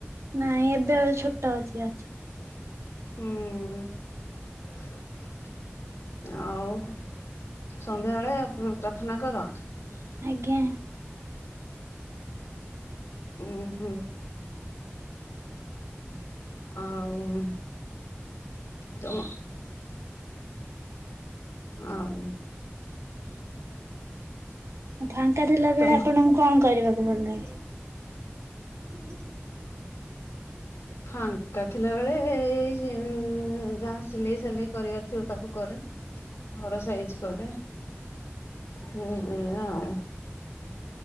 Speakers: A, on the right; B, on the left.
A: ନାଇଁ ଏବେ ଆ ଛୋଟା ଅଛି ଗଛ।
B: ହୁଁ ଆଉ? ସନ୍ଧ୍ୟାବେଳେ ପ୍ରାର୍ଥନା କର?
A: ଆଜ୍ଞା।
B: ଉୁଁ ହୁଁ। ଆଉ ତମ। ଆଉ।
A: ଫାଙ୍କା ଥିଲା ବେଳେ
B: ତମ
A: ଆପଣଙ୍କୁ କଣ କରିବାକୁ ଭଲ ଲାଗେ? <inaudible>
B: ଫାଙ୍କା ଥିଲା ବେଳେ ଏଇ ଯାହା ସିଲେଇ ସିଲେଇ କରିବାର ଥିବ ତାକୁ କରେ। ଘର ସାଇଜ କରେ। ହୁଁ ଏଇଆ ଆଉ।